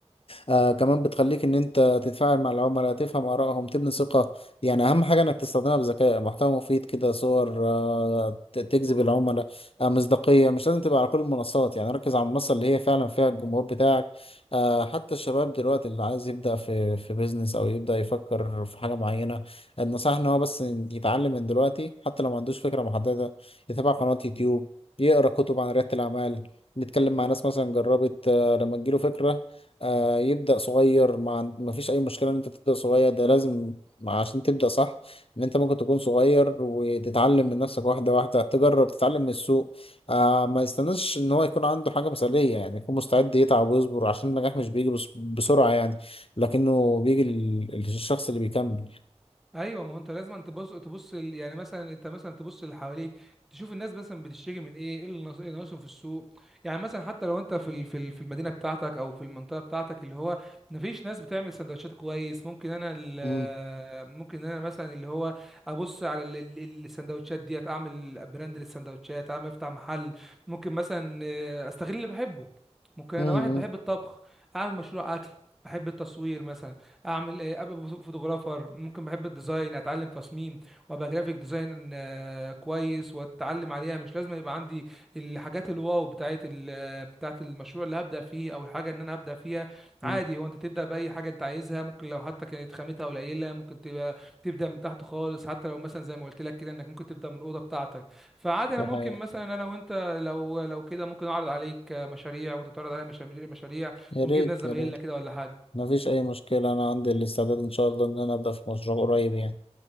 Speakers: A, on the left (about 55°); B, in the centre.
A: آه كمان بتخليك ان انت تتفاعل مع العملاء تفهم ارائهم تبني ثقة يعني اهم حاجة انك تستخدمها بذكاء محتوى مفيد كده صور آه ت- تجذب العملاء آه مصداقية مش لازم تبقى على كل المنصات يعني ركز على المنصة اللي هي فعلا فيها الجمهور بتاعك آه حتى الشباب دلوقتي اللي عايز يبدأ في في بيزنس او يبدأ يفكر في حاجة معينة النصيحة ان هو بس يتعلم من دلوقتي حتى لو ما عندوش فكرة محددة يتابع قناة يوتيوب يقرأ كتب عن ريادة الأعمال نتكلم مع ناس مثلا جربت آه، لما تجيله فكرة آه، يبدأ صغير ما عن- ما فيش أي مشكلة إن أنت تبدأ صغير ده لازم عشان تبدأ صح إن أنت ممكن تكون صغير وتتعلم من نفسك واحدة واحدة تجرب تتعلم من السوق آه ما يستناش إن هو يكون عنده حاجة مثالية يعني يكون مستعد يتعب ويصبر عشان النجاح مش بيجي بس- بسرعة يعني لكنه بيجي لل- للشخص اللي بيكمل
B: ايوه ما هو انت لازم تبص تبص ال- يعني مثلا انت مثلا تبص اللي حواليك تشوف الناس مثلا بتشتري من ايه ايه اللي ناقص- إيه اللي ناقصهم في السوق يعني مثلا حتى لو انت في ال- في ال- في المدينه بتاعتك او في المنطقه بتاعتك اللي هو مفيش ناس بتعمل سندوتشات كويس ممكن انا ال-
A: مم،
B: ممكن انا مثلا اللي هو ابص على ال- ال- ال- السندوتشات ديت اعمل براند للسندوتشات اعمل افتح محل ممكن مثلا آه، استغل اللي بحبه ممكن
A: مم،
B: انا واحد بحب الطبخ اعمل مشروع اكل بحب التصوير مثلا اعمل ايه ابقى فوتوغرافر ممكن بحب الديزاين اتعلم تصميم وابقى جرافيك ديزاين آه، كويس واتعلم عليها مش لازم يبقى عندي الحاجات الواو بتاعت ال- بتاعت المشروع اللي هبدا فيه او الحاجه ان انا هبدا فيها عادي
A: مم،
B: هو انت تبدا باي حاجه انت عايزها ممكن لو حتى كانت خامتها قليله ممكن تبقى تبدا من تحت خالص حتى لو مثلا زي ما قلت لك كده انك ممكن تبدا من الاوضه بتاعتك فعادي انا
A: دي
B: ممكن
A: حقيقة
B: مثلا انا وانت لو لو كده ممكن اعرض عليك مشاريع وانت تعرض عليا مشاريع مشاريع
A: يا
B: ونجيب
A: ريت
B: ناس زمايلنا
A: يا ريت
B: كده ولا حاجه
A: ما فيش أي مشكلة أنا عندي الاستعداد إن شاء الله إن أنا أبدأ في مشروع قريب يعني